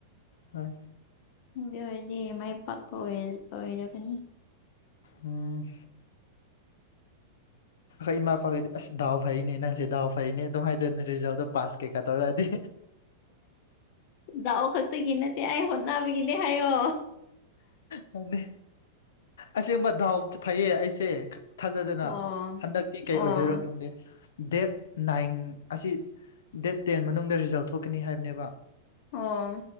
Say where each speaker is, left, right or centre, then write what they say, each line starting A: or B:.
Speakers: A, on the left; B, on the left.
A: ꯍꯣꯏ
B: ꯑꯗꯨ ꯑꯣꯏꯔꯗꯤ ꯃꯥꯏ ꯄꯥꯛꯄ ꯑꯣꯏꯔ ꯑꯣꯏꯔꯒꯅꯤ
A: ꯎꯝ ꯑꯩ ꯃꯥ ꯄꯈꯣꯏꯗꯤ ꯑꯁ ꯗꯥꯎ ꯐꯩꯅꯦ ꯅꯪꯁꯦ ꯗꯥꯎ ꯐꯩꯅꯦ ꯑꯗꯨꯝ ꯍꯥꯏꯗꯣꯏꯅꯦ ꯔꯤꯖꯜꯗꯣ ꯄꯥꯁ ꯀꯩꯀꯥ ꯇꯧꯔꯛꯑꯗꯤ
B: ꯗꯥꯎ ꯈꯛꯇꯒꯤ ꯅꯠꯇꯦ ꯑꯩ ꯍꯣꯠꯅꯕꯒꯤꯅꯦ ꯍꯥꯏꯌꯣ
A: ꯈꯪꯗꯦ ꯑꯁꯦꯡꯕ ꯗꯥꯎꯁꯨ ꯐꯩꯌꯦ ꯑꯩꯁꯦ ꯊꯥꯖꯗꯅ
B: ꯑꯣ
A: ꯍꯟꯗꯛꯇꯤ ꯀꯩ
B: ꯑꯣ
A: ꯑꯣꯏꯗꯣꯏꯔꯣ ꯈꯪꯗꯦ ꯗꯦꯠ ꯅꯥꯏꯟ ꯑꯁꯤ ꯗꯦꯠ ꯇꯦꯟ ꯃꯅꯨꯡꯗ ꯔꯤꯖꯜ ꯊꯣꯛꯀꯅꯤ ꯍꯥꯏꯕꯅꯦꯕ
B: ꯑꯣ